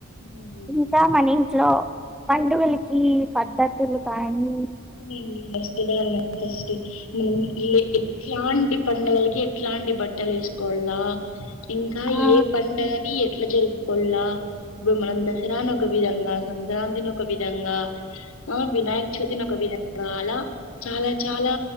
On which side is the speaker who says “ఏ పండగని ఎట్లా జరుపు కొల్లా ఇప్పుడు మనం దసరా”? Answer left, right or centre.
Left